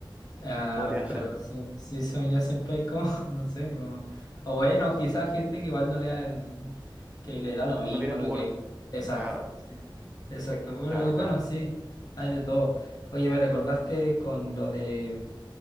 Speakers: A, on the left; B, on the right.
A: Ah,
B: podría hacer.
A: pero sí, sí, según yo siempre hay como, <laughs> no sé, como, o bueno, quizás gente que igual no le da el, que le da lo mismo,
B: No tiene
A: lo
B: pudor.
A: que, exacto,
B: Claro,
A: sí, exacto, bueno
B: claro,
A: bueno,
B: claro.
A: sí, hay de todo. Oye, me recordaste con lo de